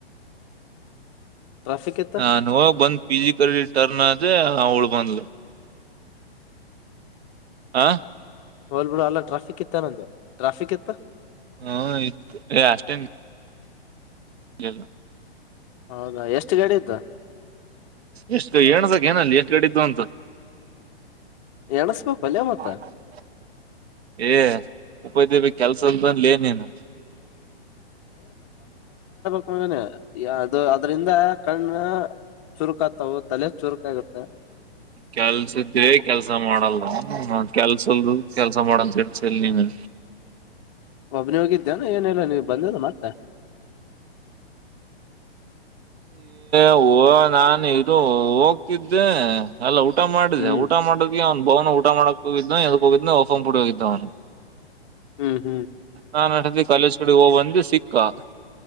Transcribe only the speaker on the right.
ಹಾ ನೋ ಬಂದ್ ಪಿ ಜಿ ಕ ಟರ್ನ್ <unintelligible> ಅವಳ ಬಂದ್ಲು ಹಾ
ಹ್ಮ ಇತ್ತು ಏ ಅಷ್ಟೇನ್ ಯಲ್ಲ.
ಎಷ್ಟು ಗ ಏಣಸಕ ಏನ ಅಲ್ಲಿ ಎಷ್ಟು ಗಡೆ ಇದ್ದು ಅಂತ
<unintelligible>
ಏ ಉಪಾಯತಿ ಕೆಲ್ಸದ ಬಂದು ಲ ನೀನು
ಕೆಲ್ಸ ಇದೆ ಕೆಲ್ಸ ಮಾಡಲ್ಲ ಕೆಲ್ಸ ಲ್ದು ಕೆಲಸ ಮಾಡಂತ ಹೇಳ್ತಲ್ಲ ನೀನ
ಓ ನಾಾನು ಇದು ಹೋಗ್ತಿದ್ದೆ ಅಲ್ಲ ಊಟ ಮಾಡಿದೆ
ಊಟ ಮಾಡದ ಅವನು ಬಾವನು ಊಟ ಮಾಡಕ್ ಹೋಗಿದ್ನೋ ಎಲ್ಗಾ ಹೋಗಿದ್ನ ಅವಾಗ ಫೋನ್ ಕೊಟ್ಟ ಹೋಗಿದ್ದ ಅವನು
ನಾನ್ ಅಿ ಕಾಲೇಜ್ ಕಡೆ ಹೋಗ್ ಬಂದ ಇ ಸಿಕ್ಕಾ <unintelligible>